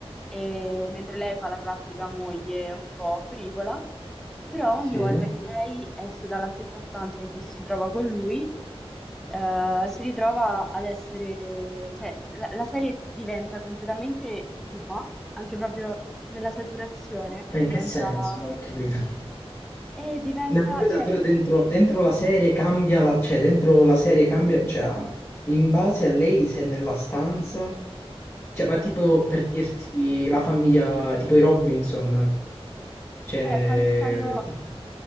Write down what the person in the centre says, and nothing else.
e- mentre lei fa la classica moglie un po' frivola, però
ogni volta che lei esce dalla stessa stanza in cui si trova con lui, eh, si ritrova ad essere, cioè la, la serie diventa completamente cupa, anche proprio nella saturazione,
diventa,
e diventa,
cioè,
sì,
eh, quando stanno...